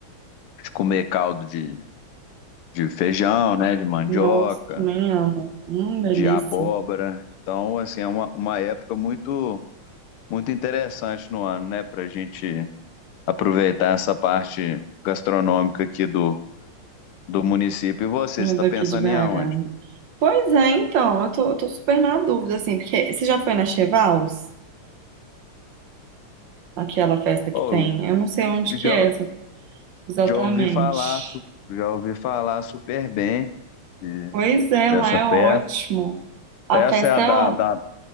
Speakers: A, on the left; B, on the right.
A: de comer caldo de, de feijão, né, de mandioca,
B: Nossa, também amo. Hum,
A: de
B: delícia.
A: abóbora, então, assim, é uma, uma época muito Muito interessante no ano, né? Para a gente aproveitar essa parte gastronômica aqui do, do município. E você,
B: É
A: você está
B: Daqui
A: pensando
B: de BH.
A: em aonde?
B: né? Pois é, então, eu tô, eu tô super na dúvida, assim, porque você já foi na Chevals? Aquela festa que
A: Oh,
B: tem? Eu não sei onde
A: eu
B: que
A: já,
B: é essa, exatamente.
A: já ouvi falar, su- já ouvi falar super bem de-
B: Pois é,
A: dessa
B: lá é ótimo.
A: festa.
B: A
A: Essa
B: festa
A: é a da,
B: é... ó-
A: da...